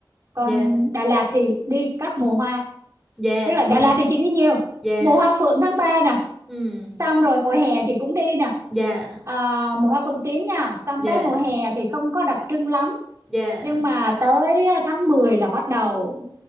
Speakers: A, on the right; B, in the centre.
A: còn
B: dạ
A: Đà Lạt thì đi các mùa hoa
B: dạ
A: tức là
B: vâng
A: Đà Lạt thì chị đi nhiều
B: dạ
A: mùa hoa phượng tháng 3 nè
B: ừm,
A: xong rồi mùa hè chị cũng đi nè
B: dạ
A: à, mùa hoa phượng tím nha xong
B: dạ
A: tới mùa hè thì không có đặc trưng lắm
B: dạ
A: nhưng mà tới ờ, tháng 10 là bắt đầu